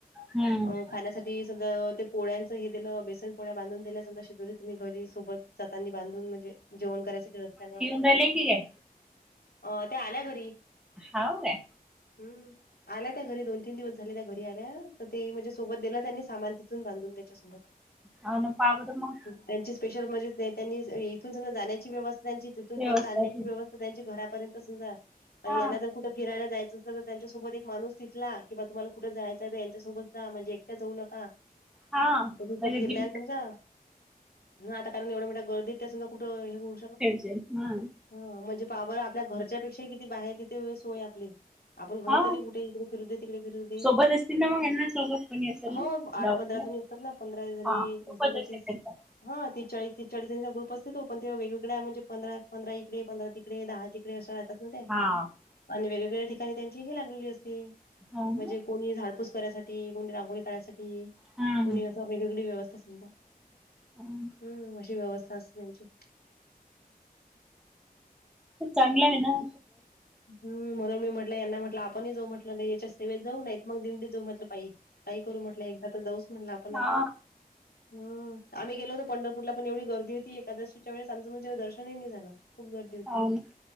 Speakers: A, in the centre; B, on the left.
A: हम्म
B: खाण्यासाठी ते सगळं ते पोळ्यांचं हे दिलं बेसन पोळ्या बांधून दिल्या समजा शिदोरी तुम्ही घरी सोबत जातांनी बांधून म्हणजे जेवण करायसाठी रस्त्यानं
A: चालले की काय
B: अ त्या आल्या घरी
A: हाव काय
B: हू आल्या त्या घरी दोन तीन दिवस झाल त्या घरी आल्या तर ते म्हणजे सोबत दिलं त्यांनी सामान तिथून बांधून तेन त्यांचा सोबत
A: अ ना पावड म
B: त्यांची स्पेशल म्हणजे नाही त्यांनी इथून सगळ जाण्याची व्यवस्था त्यांची तिथून
A: व्यवस्था
B: परत आणण्याची
A: ती
B: व्यवस्था त्यांची घरापर्यंत समजा आणि
A: हा
B: यांना जर कुठं फिरायला जायचं तर त्यांच्यासोबत एक माणूस तिथला कि बा तुम्हाला कुठ जायचय तर यांच्यासोबत जा म्हणजे एकट्या जाऊ नका
A: हा
B: तिथं
A: माझ्या
B: फिरल्यान
A: जिम
B: समजा आता कारण एवढ्या मोठ गर्दीत त्या समजा कुठं हे होऊ
A: त्यांचे हा
B: हा म्हणजे पहा बरं आपल्या घरच्यापेक्षाही किती बाहेर तिथे सोयय आपली आपण घरी
A: हा
B: तरी कुठे इकडे फिरू दे तिकडे फिरू दे
A: सोबत असतील ना मग यांना सोबत कोणी असेल
B: हो
A: ना
B: आठ
A: गावातल्या
B: पंधरातुनी समजा पंधरा दिसानी
A: हा सोबत
B: नाही समजा
A: असेल
B: तीस
A: त्यांच्या
B: हा तीसचाळीस तीसचाळी जणीचा ग्रुप असतो तो पण ते वेगवेगळ्या म्हणजे पंधरा पंधरा इकडे पंधरा तिकडे दहा तिकडे अशा राहतात ना त्या
A: हा
B: आणि वेगवेगळ्या ठिकाणी त्यांची ही लागलेली असते
A: हो ना
B: म्हणजे कोणी झाडपूस करायसाठी कोणी रांगोळी काढयसाठी
A: हा
B: कोणी असा वेगवेगळी व्यवस्था समजा
A: हा
B: हू अशी व्यवस्था असते त्यांची
A: चांगला आहे ना
B: हू म्हणून मी म्हटलं यांना म्हटलं आपणही जाऊ म्हटलं नाही याच्या सेवेत जाऊ नाहीत मग दिंडी जाऊ म्हटलं पाई काही करू म्हटलं एकदा तर जाऊच म्हटलं आपण आता
A: हा
B: हू आम्ही गेलो होतो पंढरपुरला पण एवढ गर्दी होती एकादशीच्या वेळेस आमंच म्हणजे दर्शनही नाही झालं खूप गर्दी होती
A: हाव ना